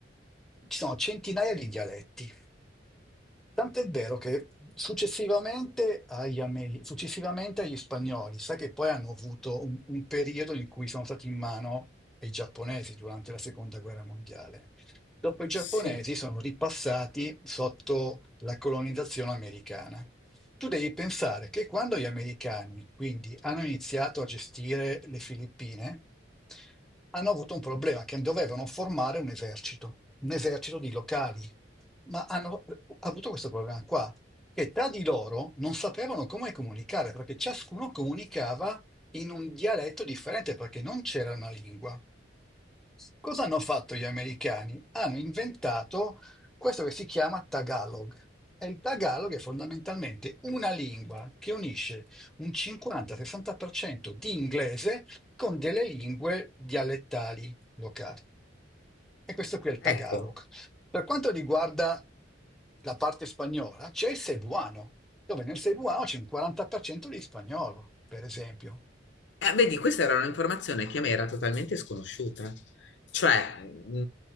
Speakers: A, in the centre; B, on the left (about 65°).
A: ci sono centinaia di dialetti Tant'è vero che successivamente agli, Ame- successivamente agli spagnoli, sai che poi hanno avuto un, un periodo in cui sono stati in mano ai giapponesi durante la seconda guerra mondiale. Dopo i giapponesi
B: sì.
A: sono ripassati sotto la colonizzazione americana. Tu devi pensare che quando gli americani, quindi, hanno iniziato a gestire le Filippine, hanno avuto un problema che dovevano formare un esercito, un esercito di locali ma hanno eh, avuto questo problema qua, che tra di loro non sapevano come comunicare, perché ciascuno comunicava in un dialetto differente, perché non c'era una lingua. Cosa hanno fatto gli americani? Hanno inventato questo che si chiama Tagalog. E il Tagalog è fondamentalmente una lingua che unisce un 50-60% di inglese con delle lingue dialettali locali. E questo qui è il Tagalog.
B: Ecco.
A: Per quanto riguarda la parte spagnola, c'è il Cebuano, dove nel Cebuano c'è un 40% di spagnolo, per esempio.
B: Eh, vedi, questa era un'informazione che a me era totalmente sconosciuta. Cioè, mh,